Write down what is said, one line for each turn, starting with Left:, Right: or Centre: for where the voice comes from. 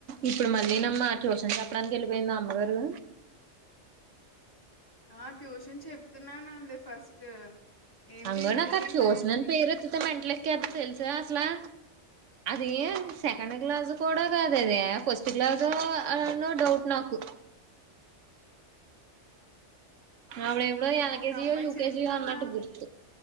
Right: ఇప్పుడు మళ్ళీనమ్మా ట్యూషన్ చెప్పడానికి ఏళ్ళిపోయింద అమ్మగారు
Left: ఆ ట్యూషన్ చెప్తున్నానంది ఫస్ట్ ఏంటి
Right: అంగొనాక్
Left: నేనే
Right: ట్యూషనని
Left: దాన్ని
Right: పేరేత్తితే మేట్లెకి తెలుసా అస్లా అది సెకండు
Left: హ్మ్.
Right: క్లాసు కూడా కాదదే ఫస్ట్ క్లాసో అన్న డౌట్ నాకు
Left: హుహు.
Right: అప్పుడెపుడో ఎలకెజియో
Left: ఒక అమ్మాయి
Right: యుూకేజియో
Left: చిన్న పిల్ల
Right: అన్నట్టు గుర్తు